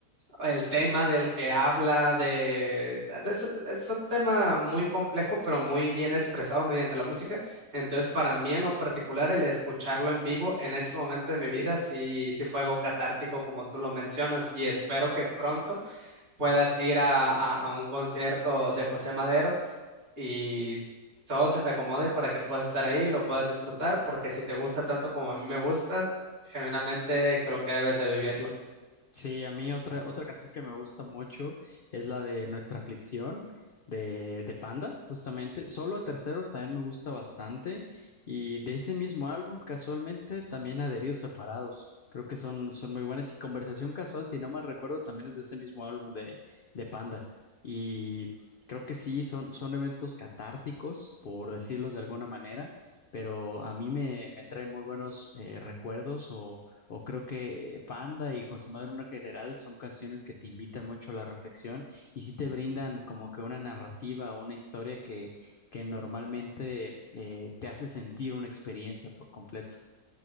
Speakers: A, on the right; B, on the left.
A: el tema del que habla, de... Es, es un tema muy complejo, pero muy bien expresado mediante la música. Entonces, para mí en lo particular, el escucharlo en vivo en ese momento de mi vida sí, sí fue algo catártico, como tú lo mencionas, y espero que pronto puedas ir a, a a un concierto de José Madero y todo se te acomode para que puedas estar ahí, lo puedas disfrutar, porque si te gusta tanto como a mí me gusta, genuinamente creo que debes de vivirlo.
B: Sí, a mí otra, otra canción que me gusta mucho es la de Nuestra Aflicción de, de Panda, justamente. Solo a terceros también me gusta bastante. Y de ese mismo álbum, casualmente, también Adheridos Separados. Creo que son, son muy buenas. Y Conversación Casual, si no mal recuerdo, también es de ese mismo álbum de, de Panda. Y creo que sí, son, son eventos catárticos, por decirlos de alguna manera, pero a mí me, me trae muy buenos eh, recuerdos o o creo que Panda y con su en general son canciones que te invitan mucho a la reflexión y sí te brindan como que una narrativa o una historia que, que normalmente eh, te hace sentir una experiencia por completo.